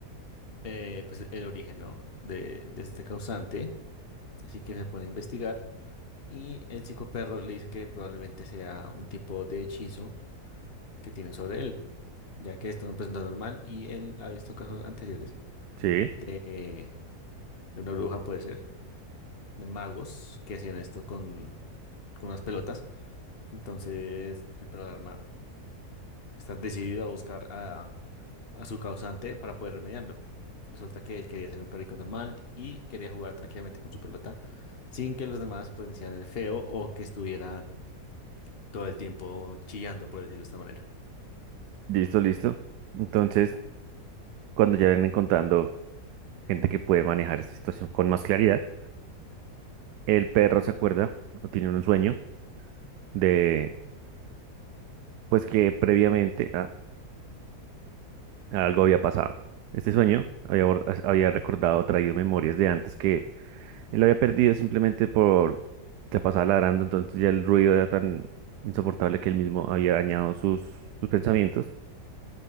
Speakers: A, on the left; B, on the right.
A: eh, pues el origen, ¿no? de, de este causante, así que se pone a investigar y el psicoperro le dice que probablemente sea un tipo de hechizo que tienen sobre él, ya que esto no pues, no es normal y él ha visto casos anteriores
B: Sí.
A: de, de una bruja, puede ser de magos que hacían esto con, con unas pelotas. Entonces el programa está decidido a buscar a, a su causante para poder remediarlo. Resulta que él quería ser un perrico normal y quería jugar tranquilamente con su pelota sin que los demás pues decían el feo o que estuviera todo el tiempo chillando, por decirlo de esta manera.
B: Listo, listo. Entonces,
A: Ujú.
B: cuando ya ven encontrando gente que puede manejar esta situación con más claridad. El perro se acuerda o tiene un sueño de, pues que previamente a- algo había pasado. Este sueño había, bor- había recordado, traído memorias de antes que él había perdido simplemente por se pasaba ladrando, entonces ya el ruido era tan insoportable que él mismo había dañado sus, sus pensamientos